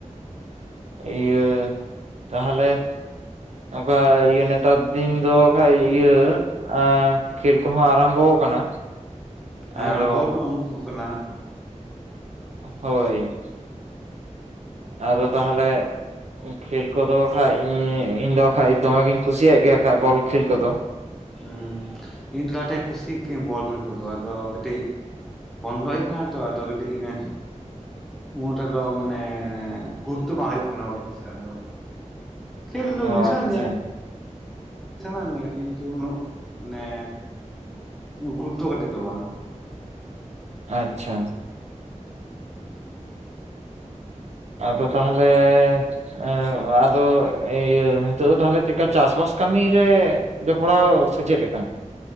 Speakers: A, on the right; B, in the centre.
A: ᱤᱭᱟᱹ ᱛᱟᱦᱚᱞᱮ ᱱᱚᱝᱠᱟ ᱤᱭᱟᱹ ᱱᱮ ᱱᱮᱛᱟᱨ ᱫᱤᱱ ᱫᱚ ᱠᱷᱟᱡ ᱤᱭᱟᱹ ᱟᱸ ᱠᱷᱮᱞ ᱠᱚᱦᱚᱸ ᱟᱨᱟᱢᱵᱚᱣ ᱟᱠᱟᱱᱟ᱾
B: ᱦᱮᱸ
A: ᱟᱫᱚ
B: ᱟᱸᱬᱵᱷᱚ ᱫᱚ <unintelligible> ᱠᱟᱱᱟ᱾
A: ᱦᱳᱭ᱾ ᱟᱫᱚ ᱛᱟᱦᱚᱞᱮ, ᱠᱷᱮᱞ ᱠᱚᱫᱚ ᱠᱷᱟᱡ ᱤᱧ ᱤᱧ ᱫᱚ ᱵᱟᱠᱷᱟᱡ ᱫᱚᱢᱮ ᱜᱤᱧ ᱠᱩᱥᱤᱭᱟᱜ ᱜᱮᱭᱟ ᱠᱷᱟᱡ। ᱵᱚᱞ ᱠᱷᱮᱞ ᱠᱚᱫᱚ।
B: ᱦᱩᱸ, ᱤᱧ ᱛᱷᱚᱲᱟ ᱠᱟᱹᱴᱤᱡ ᱠᱷᱩᱥᱤ ᱠᱤᱭᱟᱹᱧ ᱵᱳᱞ ᱠᱷᱮᱞ ᱠᱚᱫᱚ ᱟᱫᱚ ᱠᱟᱹᱴᱤᱡ ᱵᱚᱱᱫᱚ ᱦᱩᱭᱩᱜ ᱠᱟᱱᱟ ᱛᱚ, ᱟᱫᱚ ᱠᱟᱹᱴᱤᱡ ᱮᱸᱼᱼ ᱩᱱᱟᱹᱜᱴᱚ ᱫᱚ ᱢᱟᱱᱮ ᱜᱩᱨᱩᱛᱛᱚ ᱵᱟᱝ ᱦᱩᱭᱩᱜ ᱠᱟᱱᱟ ᱵᱳᱞ ᱠᱷᱮᱞ ᱥᱮᱫ ᱫᱚ। ᱠᱷᱮᱞ ᱫᱚ
A: ᱚ
B: ᱵᱩᱡᱷᱟᱣ
A: ᱟᱪᱪᱷᱟ
B: ᱟᱱᱤᱡ-ᱟ <unintelligible> <unintelligible> ᱠᱤᱱᱛᱩ ᱩᱱᱟᱹᱜ ᱢᱟᱱᱮ ᱜᱩᱨᱩᱛᱽᱛᱚ ᱠᱟᱛᱮᱫ ᱫᱚ ᱵᱟᱝ।
A: ᱟᱪᱪᱷᱟ᱾ ᱟᱫᱚ ᱛᱟᱦᱟᱞᱮ, ᱮᱸ ᱟᱫᱚ ᱤᱭᱟᱹ ᱦᱤᱛᱚᱜ ᱫᱚ ᱛᱟᱦᱚᱞᱮ ᱪᱮᱫᱠᱟ ᱪᱟᱥᱵᱟᱥ ᱠᱟᱹᱢᱤ ᱨᱮ ᱡᱚᱯᱲᱟᱣ ᱥᱮ ᱪᱮᱫ ᱞᱮᱠᱟ?